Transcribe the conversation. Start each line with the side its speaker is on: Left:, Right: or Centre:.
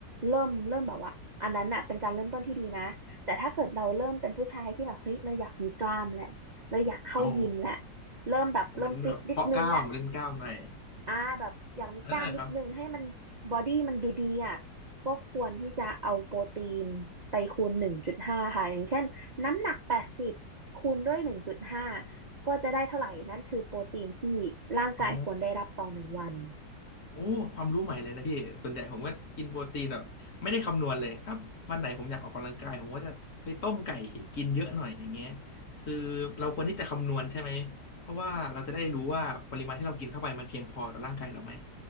Right: เริ่มเริ่มแบบว่าอันนั้นน่ะเป็นการเริ่มต้นที่ดีนะแต่ถ้าเกิดเราเริ่มเป็นผู้ชายที่แบบเฮ้ยเราอยากมีกล้ามแหละเราอยากเข้ายิมแหละ
Left: อ๋อ
Right: เริ่มแบบเริ่มฟิตนิดนึงละ
Left: <laughs> เหมือนแบบเพาะกล้ามเล่นกล้ามหน่อย
Right: อ่าแบบอยากมีกล้ามนิดนึงให้มันบอดี้มันดูดีอ่ะก็ควรที่จะเอาโปรตีนไปคูณหนึ่งจุดห้าค่ะอย่างเช่นน้ำหนักแปดสิบคูณด้วยหนึ่งจุดห้า
Left: อ่าครับ
Right: ก็จะได้เท่าไหร่นั่นคือโปรตีนที่ร่างกายควรได้รับต่อหนึ่งวัน
Left: อ๋อ โอ้ความรู้ใหม่เลยนะพี่ส่วนใหญ่ผมก็กินโปรตีนแบบไม่ได้คำนวณเลยถ้าวันไหนผมอยากออกกำลังกายผมก็จะไปต้มไก่กินเยอะหน่อยอย่างเงี้ยคือเราควรที่จะคำนวณใช่ไหมเพราะว่าเราจะได้รู้ว่าปริมาณที่เรากินเข้าไปมันเพียงพอต่อร่างกายเราไหม